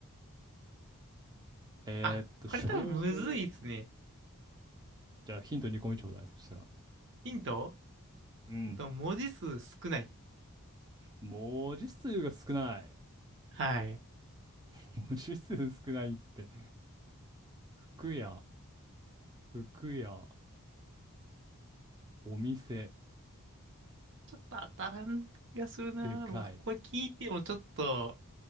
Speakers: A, on the right; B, on the right.
A: <laughs>
B: えーっと、
A: あ、これ多分むずいっすね。
B: 消防。じゃあヒントに個目ちょうだい。そしたら。
A: ヒント
B: うん。
A: えっと、文字数少ない。
B: 文字数が少ない。
A: はい。
B: <laughs> 文字数少ないって、服屋、服屋、お店、
A: ちょっと当たらん気がするな。
B: でかい。
A: 僕、これ聞いてもちょっと